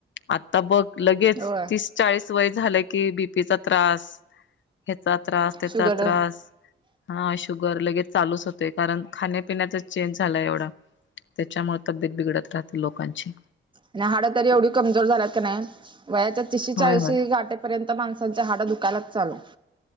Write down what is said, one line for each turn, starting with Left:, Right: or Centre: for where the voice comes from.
Left: आता बघ लगेच
Right: होय
Left: तीस चाळीस वय झालं की बीपी चा त्रास हेचा त्रास त्याचा
Right: शुगर
Left: त्रास.
Right: आणि
Left: हा शुभ गर लगेच चालूच होते. कारण खाण्यापिण्याचाच चेंज झालाय एवढा त्याच्यामुळे तब्येत बिघडत राहते लोकांची.
Right: आणि हाडं तरी एवढी कमजोर झाल्यात कनाय वयाच्या तिशी, चाळीशीे
Left: होय होय
Right: गाटेपर्यंत माणसा- हाडं दुखायलाच चालू.